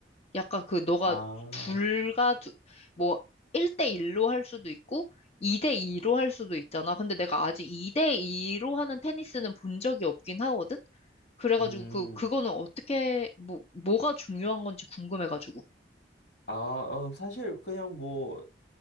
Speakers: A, on the left (about 35°); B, on the left (about 75°).
A: 약간 그 너가
B: 아,
A: 둘과 두, 뭐 1대1로 할 수도 있고 2대2로 할 수도 있잖아. 근데 내가 아직 2대2로 하는 테니스는 본 적이 없긴 하거든? 그래가지고
B: 음.
A: 그, 그거는 어떻게, 뭐, 뭐가 중요한 건지 궁금해가지고.
B: 아, 어, 사실 그냥 뭐